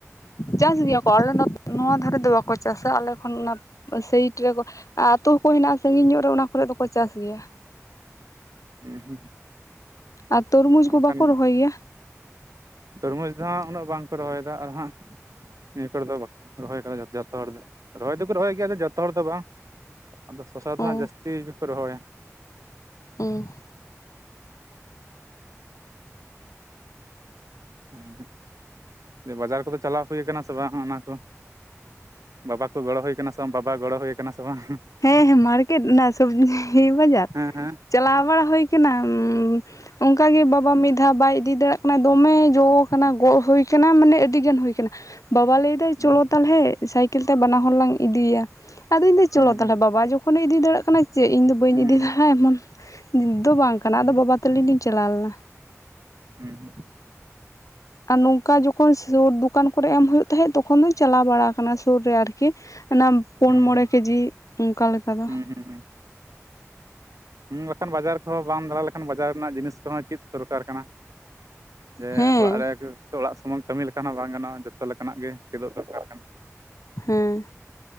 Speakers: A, on the left; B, on the right.
A: ᱪᱟᱥ ᱜᱮᱭᱟ ᱠᱚ ᱟᱞᱮ ᱱᱚᱣᱟ ᱫᱷᱟᱨᱮ ᱫᱚ ᱵᱟᱠᱚ ᱪᱟᱥᱟ ᱟᱞᱮ ᱠᱷᱚᱱ ᱚᱱᱟᱼᱼ ᱥᱟᱭᱤᱴ ᱨᱮᱠᱚ ᱟ ᱟᱛᱩ ᱠᱚ ᱦᱮᱱᱟᱜᱼᱟ ᱥᱟᱸᱜᱤᱧ ᱧᱚᱜ ᱨᱮ ᱚᱱᱟ ᱠᱚᱨᱮ ᱫᱚᱠᱚ ᱪᱟᱥ ᱜᱮᱭᱟ ᱾
B: ᱦᱩᱸ ᱦᱩᱸ
A: ᱟ ᱛᱚᱨᱢᱩᱡᱽ ᱠᱚ
B: ᱵᱟᱠᱷᱟᱱ
A: ᱵᱟᱠᱚ ᱨᱚᱦᱚᱭ ᱜᱮᱭᱟ?
B: ᱛᱚᱨᱢᱩᱡᱽ ᱫᱚ ᱦᱟᱸᱜ ᱩᱱᱟᱹᱜ ᱵᱟᱝᱠᱚ ᱨᱚ ᱦᱚ ᱭᱮᱫᱟ ᱟᱨ ᱦᱟᱸᱜ, ᱱᱤᱭᱟᱹ ᱠᱚᱨᱮ ᱫᱚ ᱵᱟᱠᱚ ᱨᱚᱦᱚᱭ ᱠᱟᱫᱟ ᱡᱚᱛᱚ ᱦᱚᱲ ᱫᱚ ᱨᱚᱦᱚᱭ ᱫᱚᱠᱚ ᱨᱚᱦᱚᱭ ᱜᱮᱭᱟ ᱡᱚᱛᱚ ᱦᱚᱲ ᱫᱚ ᱵᱟᱝ, ᱟᱫᱚ ᱥᱚᱥᱟ ᱫᱚ
A: ᱚ
B: ᱦᱟᱸᱜ ᱡᱟᱹᱥᱛᱤ ᱜᱮᱠᱚ ᱨᱚᱦᱚᱭᱟ᱾
A: ᱩᱸ
B: ᱚ ᱦᱮᱸᱜ ᱵᱟᱡᱟᱨ ᱠᱚᱫᱚ ᱪᱟᱞᱟᱣ ᱦᱳᱭ ᱠᱟᱱᱟ ᱥᱮ ᱵᱟᱝ ᱚᱱᱟ ᱠᱚ, ᱵᱟᱵᱟ ᱠᱚ ᱜᱚᱲᱚ ᱦᱳᱭ ᱥᱮ ᱵᱟᱝ ᱵᱟᱵᱟ ᱜᱚᱲᱚ ᱦᱳᱭ ᱠᱟᱱᱟ ᱥᱮ ᱵᱟᱝ,
A: ᱦᱮᱸ ᱢᱟᱨᱠᱮᱴ ᱚᱱᱟ ᱥᱚᱵᱽᱡᱤ ᱵᱟᱡᱟᱨ,
B: ᱦᱮᱸ ᱦᱮᱸ
A: ᱪᱟᱞᱟᱣ ᱢᱟ ᱦᱩᱭ ᱠᱟᱱᱟ ᱩᱸᱻ ᱚᱝᱠᱟᱜᱮ ᱵᱟᱵᱟ ᱢᱤᱫ ᱫᱷᱟᱣ ᱵᱟᱭ ᱤᱫᱤ ᱫᱟᱲᱮᱭᱟᱜ ᱠᱟᱱᱟ ᱫᱚᱢᱮ ᱡᱚ ᱠᱟᱱᱟ ᱜᱚᱜ ᱦᱩᱭ ᱠᱟᱱᱟ ᱢᱟᱱᱮ ᱟᱹᱰᱤ ᱜᱟᱱ ᱦᱩᱭ ᱠᱟᱱᱟ᱾ ᱵᱟᱵᱟ ᱞᱟᱹᱭᱫᱟᱭ
B: ᱦᱮᱸ
A: ᱪᱚᱞᱚ ᱛᱟᱦᱚᱞᱮ ᱥᱟᱭᱠᱮᱞ ᱛᱮ ᱵᱟᱱᱟ ᱦᱚᱲ ᱞᱟᱝ ᱤᱫᱤᱭᱮᱭᱟ ᱟᱫᱚᱧ ᱞᱟᱭᱫᱟᱹ
B: ᱦᱩᱸ
A: ᱪᱚᱞᱚ
B: ᱦᱩᱸ
A: ᱛᱟᱦᱚᱞᱮ ᱵᱟᱵᱟ ᱡᱚ, ᱠᱷᱚᱱᱮ ᱤᱫᱤ ᱫᱟᱲᱮᱭᱟᱜ ᱠᱟᱱᱟ ᱪᱮᱜ ᱤᱧᱫᱚ ᱵᱟᱹᱧ
B: ᱦᱩᱸ
A: ᱤᱫᱤ ᱫᱟᱲᱤᱭᱟᱜᱼᱟ ᱮᱢᱚᱱ ᱱᱤᱛ ᱫᱚ ᱵᱟᱝ ᱠᱟᱱᱟ
B: ᱦᱩᱸ
A: ᱟᱫᱚ ᱵᱟᱵᱟ ᱛᱟᱞᱤᱧ ᱞᱤᱧ ᱪᱟᱞᱟᱣ ᱞᱮᱱᱟ᱾
B: ᱦᱩᱸ ᱦᱩᱸ
A: ᱟᱨ ᱱᱚᱝᱠᱟ ᱡᱚᱠᱷᱚᱱ ᱥᱩᱨ ᱫᱩᱠᱟᱱ ᱠᱚᱨᱮ ᱮᱢ ᱦᱳᱭᱳᱜ ᱛᱟᱦᱮᱸᱫ ᱛᱚᱠᱷᱚᱱ ᱫᱩᱧ ᱪᱟᱞᱟᱣ ᱵᱟᱲᱟ ᱟᱠᱟᱱᱟ ᱥᱩᱨ ᱨᱮ ᱟᱨ ᱠᱤ ᱚᱱᱟ ᱯᱩᱱ
B: ᱦᱩᱸ
A: ᱢᱚᱬᱮ ᱠᱮᱡᱤ ᱚᱱᱠᱟ ᱞᱮᱠᱟ ᱫᱚ᱾
B: ᱦᱩᱸ ᱦᱩᱸ ᱦᱩᱸ ᱦᱩᱸ ᱵᱟᱠᱷᱟᱱ ᱵᱟᱡᱟᱨ ᱠᱚᱦᱚᱸ ᱵᱟᱢ ᱫᱟᱲᱟ ᱞᱮᱠᱷᱟᱱ ᱵᱟᱡᱟᱨ ᱨᱮᱱᱟᱜ ᱡᱤᱱᱤᱥ ᱠᱚᱦᱚᱸ ᱪᱮᱫ ᱫᱚᱨᱠᱟᱨ ᱠᱟᱱᱟ᱾ ᱡᱮ
A: ᱦᱮᱸ
B: ᱚᱲᱟᱜ ᱨᱮᱭᱟᱠᱚ, ᱛᱚ ᱚᱲᱟᱜ ᱥᱩᱢᱩᱝ ᱠᱟᱹᱢᱤ ᱞᱮᱠᱟ ᱦᱚᱸ ᱵᱟᱝ ᱜᱟᱱᱼᱟ ᱡᱚᱛᱚ ᱞᱮᱠᱟᱱᱟᱜ ᱜᱮ ᱪᱮᱫᱚᱜ ᱫᱚᱨᱠᱟᱨ ᱠᱟᱱᱟ᱾
A: ᱦᱮᱸ,